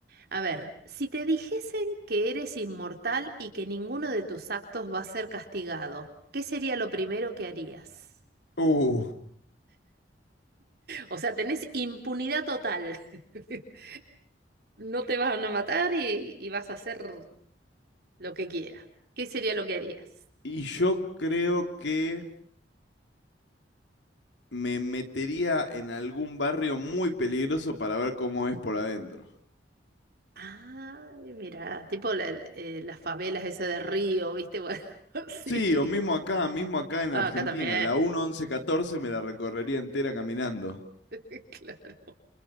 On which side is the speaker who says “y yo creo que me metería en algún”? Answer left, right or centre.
Left